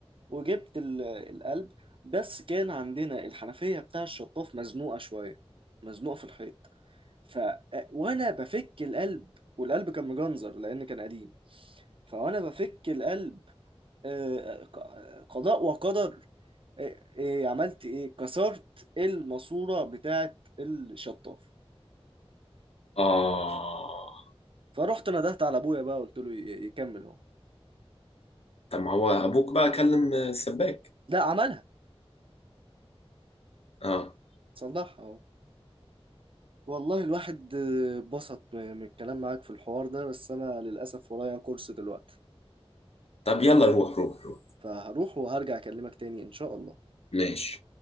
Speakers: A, on the right (about 55°); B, on the left (about 70°).
A: وجبت ال- آه، القلب بس كان عندنا الحنفية بتاع الشطاف مزنوقة شوية مزنوقة في الحيط ف آه، وانا بفك القلب والقلب كان مجنزر لان كان قديم فوانا بفك القلب آه، ق- قضاء وقدر إيه إيه عملت ايه كسرت الماسوره بتاعه الشطاف
B: آه
A: فرحت ندهت على ابويا بقى قلت له ي- يكمل اهو
B: طب ما هو أبوك بقى كلم السباك
A: لا عملها
B: آه
A: صلحها اهو والله الواحد آه، اتبسط م- من الكلام معاك في الحوار ده بس انا للاسف ورايا كورس دلوقتي
B: طب يلا روح روح روح
A: فهروح وهرجع اكلمك تاني ان شاء الله
B: ماشي